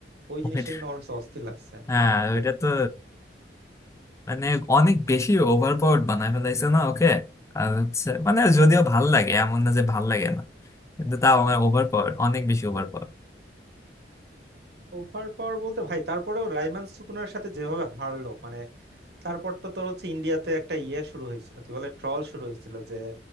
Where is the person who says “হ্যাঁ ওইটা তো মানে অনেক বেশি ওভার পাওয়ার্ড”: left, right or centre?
Left